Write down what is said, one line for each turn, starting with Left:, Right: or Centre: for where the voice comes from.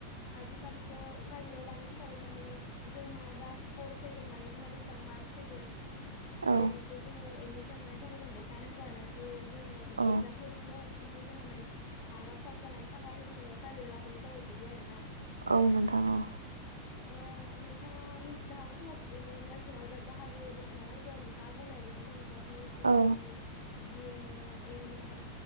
Left: आजिखालिथ' प्राइभेटाव लानो थाखायबो माने जोंना जा स्कर फैगोन माने जोंना बेसेबां मार्क फैगोन माने
Right: औ
Left: बेखौ जोङो एडमिसन लानाय टाइमाव जों देखायनांगौ आरो ना जे जोङो बिदि
Right: औ
Left: एगजाम होदोंमोन खिन्थु जोंना माने मार्कआ खम जानायनि थाखाय जोंयाव प्राइभेटाव लाफैनाय जाबाय बिदि आरो ना।
Right: औ नोंथां औ
Left: ओ नोंथाङा मिथिनो हागौ खोमा बेनि नारसिंयाव बिराद बाहागो दं नालाय दहाय नोंथाङा बुंनाय बायदि जेने <inaudible> बि ए सि नारसिं
Right: औ
Left: जि ए ने म ए ने एम